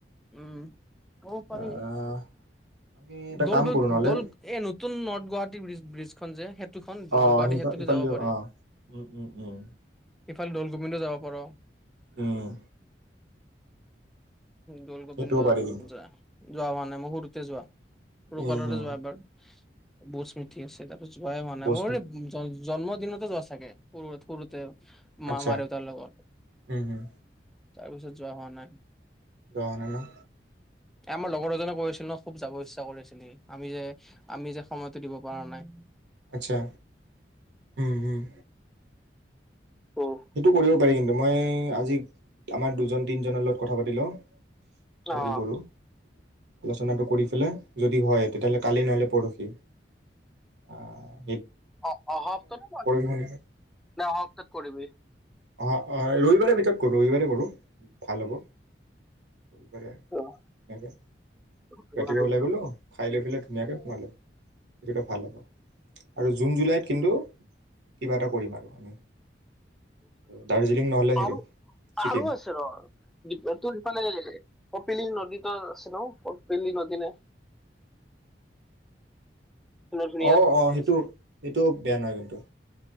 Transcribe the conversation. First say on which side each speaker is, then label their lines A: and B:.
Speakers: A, in the centre; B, on the right.
A: উম, ক'ব পাৰি।
B: আহ আমি এটা
A: দল-দল-দল
B: কাম কৰোঁ নহ'লে
A: এ নতুন নৰ্থ গুৱাহাটী বিজ-বিজ খন যে, হেত টোখন নৰ্থ
B: অ
A: গুৱাহাটী
B: সেইখন
A: ক্ষেত্ৰতহে
B: ইফালেদিও
A: যাব পাৰে।
B: অ উম উম উম
A: এফাল দল তুমিটো যাব পাৰ।
B: উম।
A: দল গোবিন্দত
B: সেইটোও পাৰি কিন্তু
A: যোৱা। যোৱা হোৱা নাই ম সৰুতে যোৱা। সৰুকালতে
B: উম উম
A: যোৱা এবাৰ। বু স্মৃথি আছে তাত। োৱাই হোৱা নাই
B: বছ
A: মোৰ জন্মদিনতে যোৱা চাগে সৰু সৰুতে
B: আচ্ছা
A: মামা দেওতাৰ লগত
B: উম উম
A: তাৰপিছত যোৱা হোৱা নাই।
B: যোৱা হোৱা নাই ন?
A: আমাৰ লগৰ এজনে কৈ আছিল ন খুব যাব ইচ্ছা কৰি আছিলি আমি যে আমি যে সময়তো দিব পৰা নাই।
B: আচ্ছা, উম, উম।
A: উম
B: সেইটো কৰিব পাৰি কিন্তু মই আজি আমাৰ দুজন তিনজনৰ লগত কথা পাতি লওঁ। হেৰি
A: অ
B: কৰোঁ। আলোচনাটো কৰি পেলাই যদি হয় তেতিয়াহলে কালি নহলে পৰহি, আহ
A: অ' অহা হপ্তাহ
B: শনিবাৰ
A: নে অহা হপ্তাহত কৰিবি?
B: অ, অ ৰবিবাৰে ভিতৰত কৰো ৰবিবাৰে কৰোঁ ভাল হ'ব। সনে ৰাতিপুৱা
A: অহা সপ্তাহত কৰিবি
B: ওলাই গ'লো খাই লৈ পেলাই ধুনীয়াকে সোমালোঁ। সেইটোটা ভাল হ'ব আৰু জুন জুলাইত কিন্তু কিবা এটা কৰিম আৰু আমি দাৰ্জিলিং নহ'লে সেইটো
A: আৰু
B: ছিকিম
A: আৰু আছে ৰ তোৰ সেইফালে কপিলি নদীত আছে ন কপিলি নদী নে ধুনীয়া
B: অ, অ
A: যে
B: সেইটো
A: আছে
B: সেইটো বেয়া নহয় কিন্তু